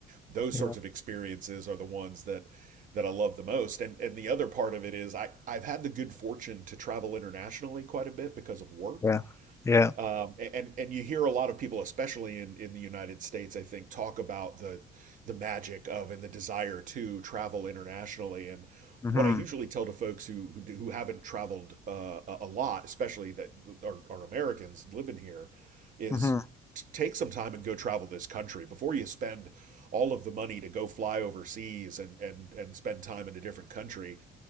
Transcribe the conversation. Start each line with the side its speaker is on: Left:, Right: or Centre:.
Right: those
Left: Yeah.
Right: sorts of experiences are the ones that that I love the most. And and the other part of it is I I've had the good fortune to travel internationally quite a bit because of work.
Left: Yeah. Yeah.
Right: Um, and and you hear a lot of people, especially in, in the United States, I think, talk about the the magic of and the desire to travel internationally. And
Left: Mm-hmm.
Right: what I usually tell to folks who who, do, who haven't traveled uh, a a lot, especially that are, are Americans living here, is
Left: Mm-hmm.
Right: t- take some time and go travel this country before you spend all of the money to go fly overseas and and and spend time in a different country